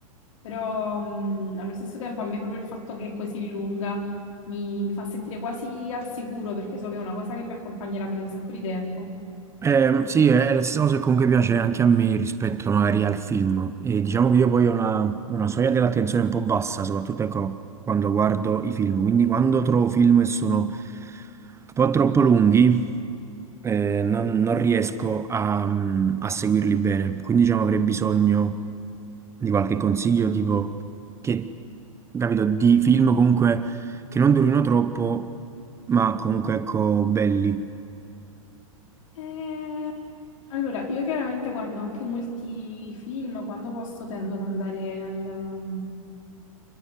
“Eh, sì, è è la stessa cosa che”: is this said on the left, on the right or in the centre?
Right